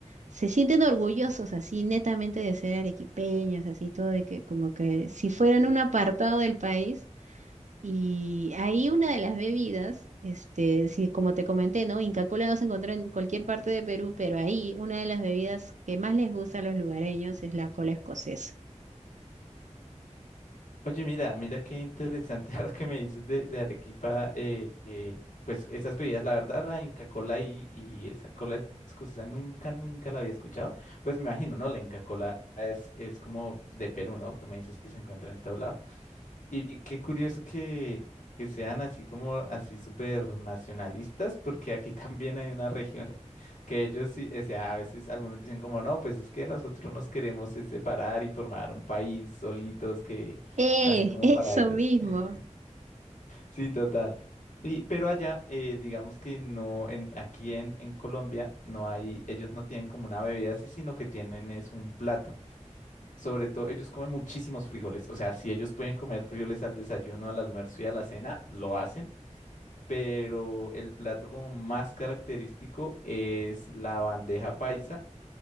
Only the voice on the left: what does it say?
Oye, mira, mira qué interesante <laughs> ahora que me dices de, de Arequipa, eh, eh, pues esas bebidas, la verdad, la Inca Kola y, y esa cola escocesa nunca, nunca la había escuchado. Pues me imagino, ¿no? La Inca Kola es, es como de Perú, ¿no? Tú me dices que se encuentra en todo lado. Y qué curioso que, que sean así como así súper nacionalistas, porque aquí <laughs> también hay una región <laughs> que ellos sí, o sea, a veces algunos dicen como, no, pues es que nosotros nos queremos es separar y formar un país solitos, que
así como
para ellos.
<laughs> Sí, total. Y, pero allá, eh, digamos que no, en, aquí en, en Colombia no hay, ellos no tienen como una bebida así, sino que tienen es un plato. Sobre todo, ellos comen muchísimos frijoles. O sea, si ellos pueden comer frijoles al desayuno, al almuerzo y a la cena, lo hacen. Pero el plato como más característico es la bandeja paisa,